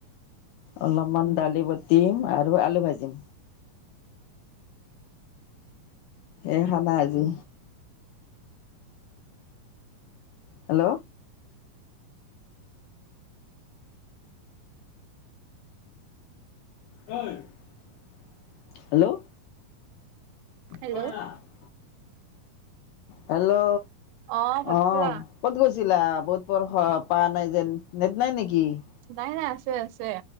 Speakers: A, on the left (about 75°); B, on the right (about 85°).
A: অলপমান দালি বটিম আৰু আলু ভাজিম। এই খানা আজি। হেল্ল'। হেল্ল'।
B: হেল্ল'
A: হয় না <unintelligible> হেল্ল'
B: অ ভাত
A: অ'।
B: খালা
A: ক'ত গৈছিলা বত পৰ প নাই যেন নেট নাই নেকি <unintelligible>
B: নাই নাই আছে আছে।